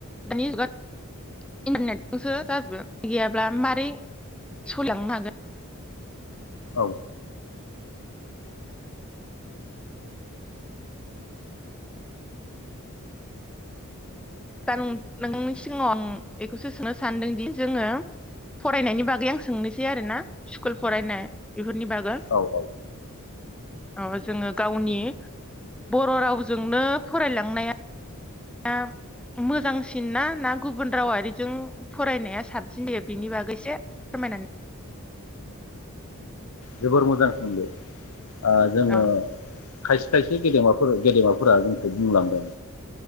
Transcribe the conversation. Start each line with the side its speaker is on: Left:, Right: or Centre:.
Centre: दानि जुगा इन्टारनेटजोंसो जाजोबो गैयाब्ला मारै सलिलांनो हागोन
Left: औ
Centre: दा नोंनि सिगाङाव आं बेखौसो सोंनो सानदोंदि जोङो फरायनायनि बागै आं सोंनोसै आरोना स्कुल फरायनाय बेफोर नि बागै
Left: औ औ
Centre: औ जोङो गावनि बर' रावजोंनो फरायलांनाया दा मोजांसिन ना ना गुबुन रावारिजों फरायनाया साबसिन जायो बेनि बागैसो फोरमायनानै
Left: जोबोर मोजां सोंलु ओ जोङो
Centre: अ
Left: खायसे खायसे गेदेमाफोर गेदेमाफोरा जोंखौ बुंलांदों